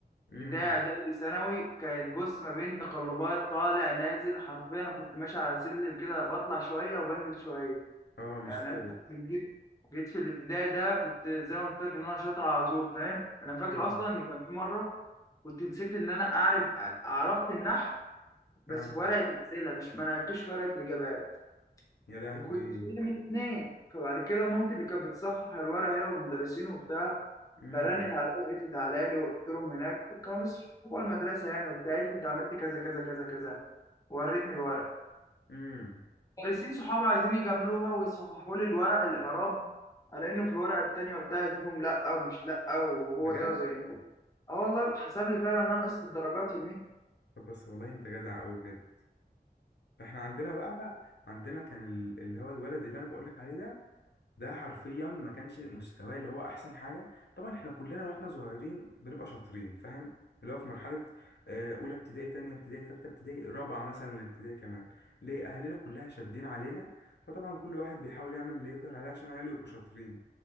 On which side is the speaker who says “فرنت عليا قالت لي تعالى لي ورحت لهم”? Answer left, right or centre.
Left